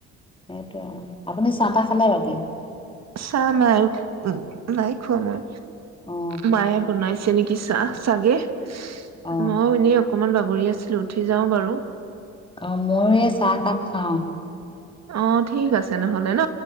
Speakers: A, on the left (about 15°); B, on the right (about 60°).
A: সেইটোৱে আৰু। আপুনি চাহ-তাহ খালে বাকী?
B: চাহ নাই উ নাই খোৱা মই।
A: অ
B: মায়ে বনাইছে নি কি চাহ চাগে।
A: অ
B: মইয়ো এনেই অকমান বা কৰি আছিলো উঠি যাওঁ বাৰু।
A: অ, ময়ো এই চাহকাপ খাওঁ।
B: অ', ঠিক আছে নহলে ন।